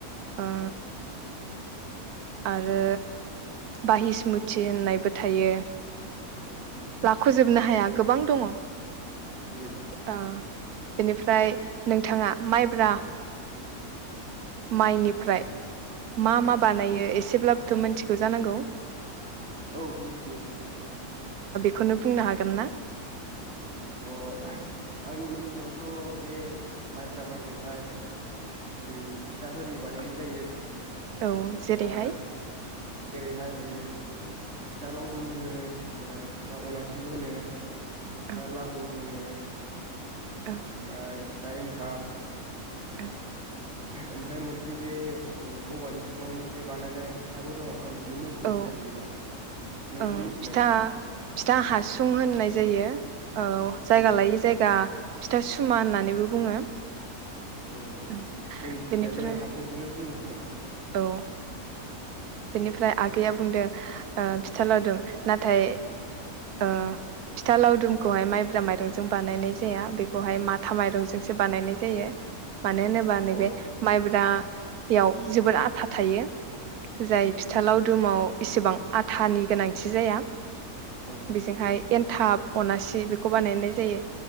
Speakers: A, on the right; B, on the right.
A: ओ
B: औ
A: आरो बाहिस्मुथि होननायबो थायो
B: औ
A: लाख'जोबनो हाया गोबां दङ
B: उम
A: आ बेनिफ्राय नोंथाङा माइब्रा माइनिफ्राय मा
B: औ
A: मा बानायो एसे एसेब्लाबोथ' मिथिगौ जानांगौ
B: औ मिन्थियो नोंथां
A: खौनो बुंनो हागोन ना
B: अ आंनि मोनथिनायावथ' बे माइब्रा माइजोंहाय ओम फिथा हेरि बानायनाय जायो
A: औ
B: ओमफ्राय
A: जेरैहाय
B: जेरैहाय ओं फिथा लावदुम होनो ओमफ्राय फिथा अनासिबो होनो
A: औ
B: लारूबो होनो
A: औ
B: ओमफ्राय फिथाइ एनथाब
A: औ
B: ओमफ्राय मोनसे ओ बे औवानि सिङावहाय मोनसे बानायनाय फिथाबो दङ आं बिनि मुंखौ
A: औ
B: गोसोआव गैला नोंथाङा
A: ओं
B: मिथियो
A: फिथा
B: नामा
A: फिथा हासुं होननाय जायो औ जायगा
B: औ
A: लायै जायगा फिथा सुमा होननानैबो बुङो।
B: औ औ
A: ओं
B: जोंनिथिंजायबो
A: बेनिफ्राय
B: हासुंखौनो बुङो खोमा? <unintelligible>
A: औ बेनिफ्राय आगैया बुंदों ओ फिथा लावदुम नाथाय ओ फिथा लावदुमखौहाय माइब्रा माइरंजों बानायनाय जाया बेखौहाय माथा माइरंजोंसो बानायनाय जायो। मानो होनोबा नैबे
B: अ
A: माइब्रा बेयाव जोबोर आथा थायो। जाय
B: औ
A: फिथा लावदुमाव इसेबां आथानि गोनांथि जाया ‌
B: औ
A: बेजोंहाय एनथाब अनासि बेखौ बानायनाय जायो